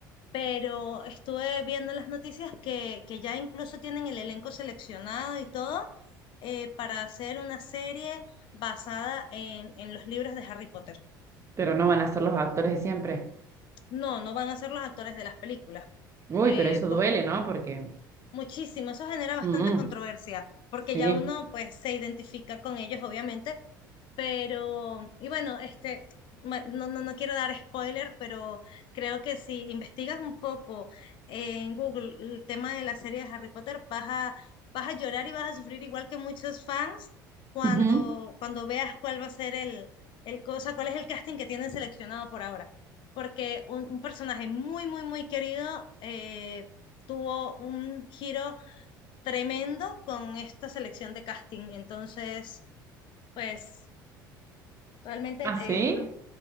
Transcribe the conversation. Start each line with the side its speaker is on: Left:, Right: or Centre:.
Left: pero estuve viendo las noticias que, que ya incluso tienen el elenco seleccionado y todo eh, para hacer una serie basada en, en los libros de Harry Potter.
Right: Pero no van a ser los actores de siempre.
Left: No, no van a ser los actores de las películas.
Right: Uy,
Left: Eh,
Right: pero eso
Left: pues
Right: duele, ¿no? Porque...
Left: muchísimo, eso genera bastante
Right: mm,
Left: controversia, porque
Right: sí.
Left: ya uno pues se identifica con ellos, obviamente, Pero, y bueno, este, ma- no, no, no quiero dar spoiler, pero creo que si investigas un poco en Google el tema de la serie de Harry Potter, vas a, vas a llorar y vas a sufrir igual que muchos fans cuando,
Right: Ujú.
Left: cuando veas cuál va a ser el, el cosa, cuál es el casting que tienen seleccionado por ahora. Porque un, un personaje muy, muy, muy querido eh, tuvo un giro tremendo con esta selección de casting. Entonces, pues Realmente,
Right: ¿Ah,
Left: eh,
Right: sí?